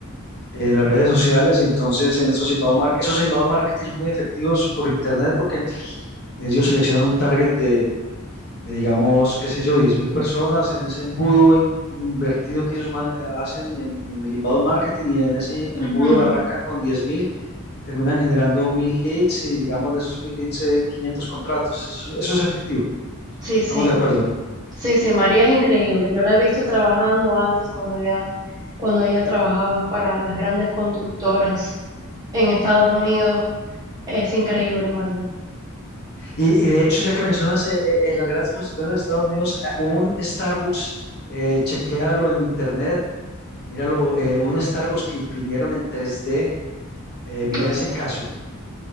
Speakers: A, on the left; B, on the right.
A: eh, en las redes sociales y entonces en esos inbound, mar- esos inbound marketing son muy efectivos por internet porque ellos seleccionan un target de, de, digamos, qué sé yo, 10.000 personas en ese embudo in- invertido que ellos ma- hacen en, en el inbound marketing y en ese embudo
B: Ujú.
A: arrancan con 10.000 y terminan generando 1.000 leads y digamos de esos 1.000 leads eh, 500 contratos. Eso, es- eso es efectivo.
B: Sí,
A: Estamos
B: sí,
A: de acuerdo.
B: sí, sí, María es increíble. Yo la he visto trabajando antes cuando ella, cuando ella trabajaba para las grandes constructoras en Estados Unidos. Es increíble, María.
A: Y, y de hecho, ya que mencionas eh, eh, las grandes construcciones de los Estados Unidos, eh, un Starbucks, eh, chequéalo en internet, míralo, eh, un Starbucks que imprimieron en 3D, eh, mira
B: Oh, sí.
A: ese caso.